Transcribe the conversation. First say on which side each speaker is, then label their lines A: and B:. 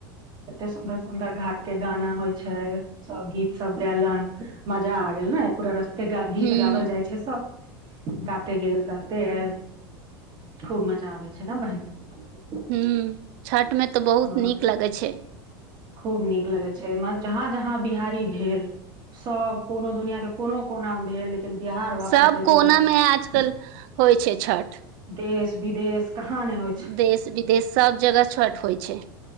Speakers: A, on the right; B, on the right.
A: एते सुंदर सुंदर घाट के गाना होय छै सब गीत सब गायलन मजा आ गेल ने पूरा रस्ता फ गीत
B: हुँ
A: गाओल जाइ छै सब गाते गेल गाते आयल खूब मजा आबै छै ने बहिन
B: हू छठमे तऽ तऽ बहुत
A: हँ
B: नीक लगे छै
A: खूब नीक लगे छै जहाँ जहाँ बिहारी भेल सब कोनो दुनिया के को कोना भेल लेकिन बिहार वापस
B: सब
A: जरुर
B: कोना
A: आबै
B: मे
A: छै
B: आजकल होइ छै छठ
A: देश विदेश कहाँ नहि होइ छै
B: देश विदेश सब जगह छठ होइ छै